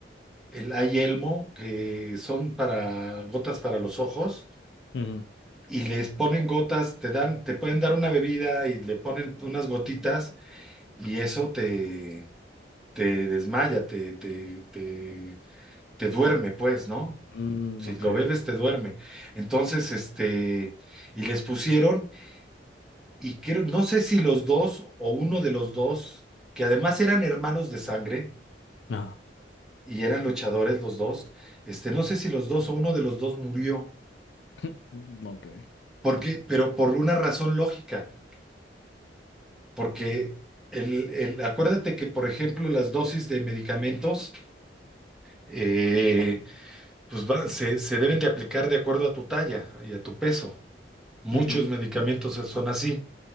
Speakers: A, in the centre; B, on the left.
A: el Ayelmo, que son para gotas para los ojos,
B: Ujú.
A: y les ponen gotas, te dan, te pueden dar una bebida y le ponen unas gotitas, y eso te, te desmaya, te, te, te, te duerme, pues, ¿no?
B: Mm,
A: Si
B: ok.
A: lo bebes, te duerme. Entonces, este, y les pusieron. Y creo, no sé si los dos o uno de los dos, que además eran hermanos de sangre
B: Ah,
A: y eran luchadores los dos, este, no sé si los dos o uno de los dos murió,
B: <laughs> mm, ok.
A: porque, pero por una razón lógica, porque el, el- acuérdate que, por ejemplo, las dosis de medicamentos eh, pues van- se, se deben de aplicar de acuerdo a tu talla y a tu peso. Muchos
B: Ujú,
A: medicamentos son así.